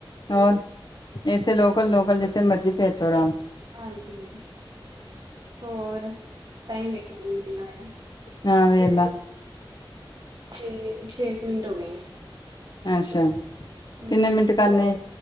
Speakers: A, on the left; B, on the right.
A: ਹੋਰ ਇੱਥੇ ਲੋਕਲ- ਲੋਕਲ ਜਿੱਥੇ ਮਰਜ਼ੀ ਫਿਰ ਤੁਰ ਆਉ।
B: ਹਾਂਜੀ -ਹਾਂਜੀ ਹੋਰ ਟਾਈਮ ਵੇਖ ਲੋ ਕਿਨਾਂ ਹੋਇਆ।
A: ਹਾਂ, ਵੇਖਲਾ।
B: ਛੇ-ਛੇ ਕ ਮਿੰਟ ਹੋ ਗਏ ਨੇ।
A: ਅੱਛਾ,
B: ਹਾਂਜੀ
A: ਕਿੰਨੇ ਮਿੰਟ ਕਰਨੇ